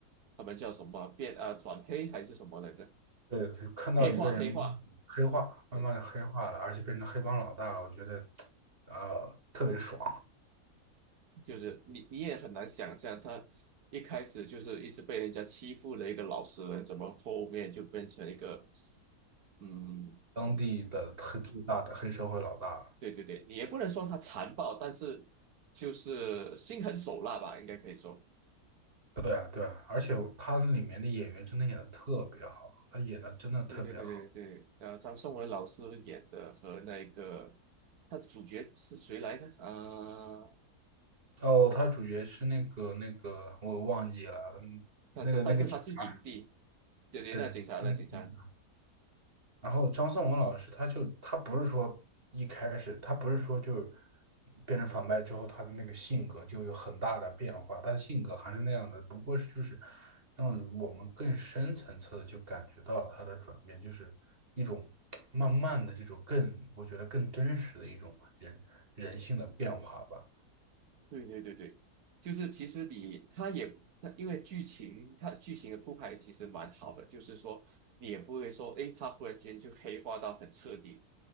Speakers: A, on the right (about 70°); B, on the right (about 35°).
A: 他们叫什么变啊转黑还是什么来着？
B: 对，就看到一个人慢慢地黑化，
A: 黑化黑化，这
B: 慢慢的黑化了，而且变成黑帮老大了，我觉得，啊、特别爽，
A: 就是你你也很难想象，他一开始就是一直被人家欺负的一个老实人，怎么后面就变成一个嗯，
B: <laughs> 当地的黑最大的黑社会老大。
A: 对对对，你也不能说他残暴，但是就是心狠手辣吧，应该可以说。
B: 对啊，对啊，而且他里面的演员真的演的特别好，他演的真的特别好。
A: 对对对对对，呃，张颂文老师演的和那个他的主角是谁来着？啊、
B: 哦，他主角是那个那个，我忘记了，嗯那个那个警察，
A: 他他但是他是影帝，对对，
B: 对，
A: 那警察那警察，
B: 他那个警然后张颂文老师他就他不是说一开始他不是说就变成反派之后他的那个性格就有很大的变化，他的性格还是那样的，不过是就是让我们更深层次的就感觉到了他的转变，就是一种 <tsk> 慢慢的这种更我觉得更真实的一种人人性的变化吧。
A: 对对对对，就是其实你他也他因为剧情他剧情的铺排其实蛮好的，就是说你也不会说诶，他忽然间就黑化到很彻底，